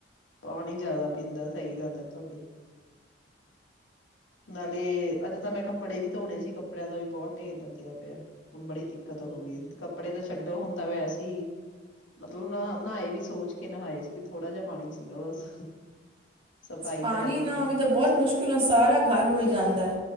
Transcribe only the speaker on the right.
ਪਾਣੀ
ਨਾ
ਆਵੇ ਤਾਂ ਬਹੁਤ ਮੁਸ਼ਕਿਲ ਆ ਸਾਰਾ ਘਰ ਰੁਲ ਜਾਂਦਾ।